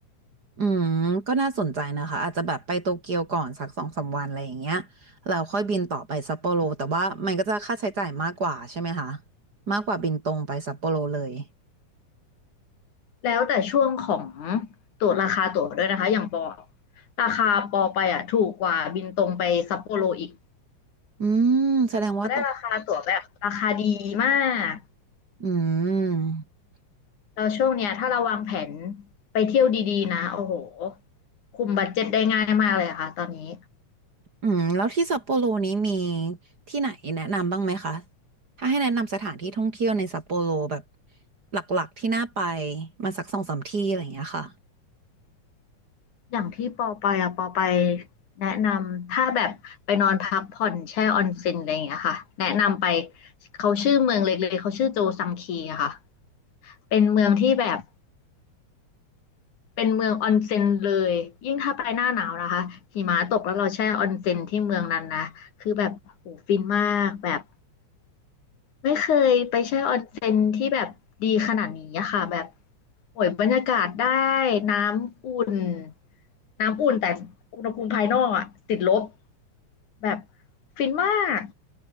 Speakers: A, on the right (about 35°); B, on the left (about 85°).
A: อืมก็น่าสนใจนะคะอาจจะแบบไปโตเกียวก่อนสักสองสามวันอะไรอย่างเงี้ยแล้วค่อยบินต่อไปซัปโปโรแต่ว่ามันก็จะค่าใช้จ่ายมากกว่าใช่ไหมคะมากกว่าบินตรงไปซัปโปโรเลย
B: แล้วแต่ช่วงของตั๋วราคาตั๋วด้วยนะคะอย่างปอราคาปอไปอ่ะถูกกว่าบินตรงไปซัปโปโรอีก
A: อืมแสดงว่าตก
B: ปอได้ราคาตั๋วแบบราคาดีมาก
A: อืม
B: แล้วช่วงเนี้ยถ้าเราวางแผนไปเที่ยวดีๆนะโอ้โหคุมบัดเจ็ตได้ง่ายมากเลยอะค่ะตอนนี้
A: อืมแล้วที่ซัปโปโรนี้มีที่ไหนแนะนำบ้างไหมคะถ้าให้แนะนำสถานที่ท่องเที่ยวในซัปโปโรแบบหลักๆที่น่าไปมาสักสองสามที่อะไรอย่างเงี้ยค่ะ
B: อย่างที่ปอไปอะปอไปแนะนำถ้าแบบไปนอนพักผ่อนแช่ออนเซ็นอะไรอย่างเงี้ยค่ะแนะนำไปเขาชื่อเมืองเล็กๆเขาชื่อโจซังคีอะค่ะเป็นเมืองที่แบบ เป็นเมืองออนเซ็นเลยยิ่งถ้าไปหน้าหนาวนะคะหิมะตกแล้วเราแช่ออนเซ็นที่เมืองนั้นนะคือแบบโหฟินมากแบบไม่เคยไปแช่ออนเซ็นที่แบบดีขนาดนี้อะค่ะแบบโอ้ยบรรยากาศได้น้ำอุ่นน้ำอุ่นแต่อุณหภูมิภายนอกอะติดลบแบบฟินมาก